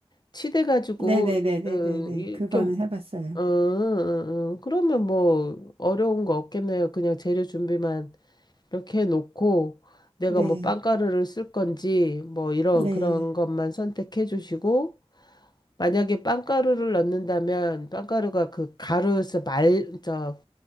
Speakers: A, on the left; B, on the right.
A: 치대가지고
B: 네네네네네네.
A: 어, 이렇게
B: 그거는
A: 어,
B: 해봤어요.
A: 어, 어, 그러면 뭐 어려운 거 없겠네요. 그냥 재료 준비만 이렇게 해놓고 내가
B: 네.
A: 뭐 빵가루를 쓸 건지 뭐 이런
B: 네.
A: 그런 것만 선택해 주시고 만약에 빵가루를 넣는다면 빵가루가 그 가루에서 말, 저